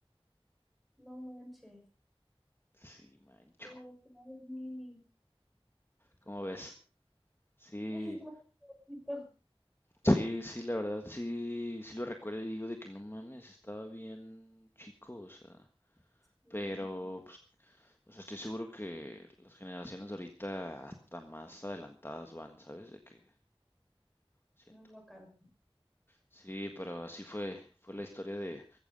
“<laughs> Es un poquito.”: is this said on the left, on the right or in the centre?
Centre